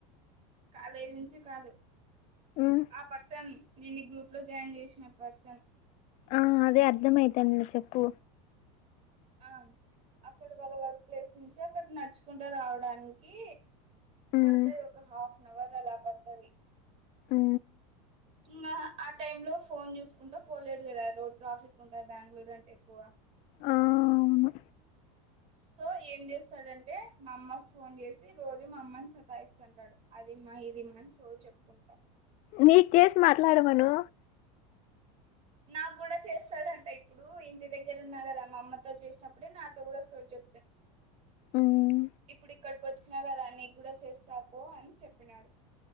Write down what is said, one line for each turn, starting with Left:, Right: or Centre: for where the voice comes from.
Right: కాలేజ్ నుంచి కాదు
Left: మ్మ్
Right: ఆ పర్సన్ నీన్ను ఈ గ్రూప్లో జాయిన్ చేసిన పర్సన్
Left: ఆ అదే అర్ధమవుతాందీ చెప్పు
Right: ఆ అక్కడ వాళ్ళ వర్క్ ప్లేస్ నుంచి అక్కడ నడుచుకుంట రావడానికి
Left: మ్మ్
Right: పడతది ఒక హాఫ్ అన్ అవర్ అలా పడతది
Left: ఉ
Right: ఇంకా ఆ టైమ్లో ఫోన్ చూసుకుంటా పోలేడు కదా రోడ్ ట్రాఫిక్ ఉంటాయి బెంగళూరు అంటే ఎక్కువ
Left: ఆ అవును
Right: సో ఏం చేస్తాడంటే మా అమ్మకు ఫోన్ చేసి రోజు మా అమ్మని సతాయిస్తుంటాడు అదిమ్మా ఇదిమ్మా అని సోది చెప్పుకుంటా
Left: నీకు చేసి మాట్లాడమను
Right: నాకు కూడా చేస్తాడంట ఇప్పుడు ఇంటి దగ్గర ఉన్నా కదా మా అమ్మతో చేసినప్పుడే నాతో కూడా సో డే
Left: ఉమ్
Right: ఇప్పుడు ఇక్కడికి వచ్చినా కదా నీ కూడా చేస్తా పో అని చెప్పినాడు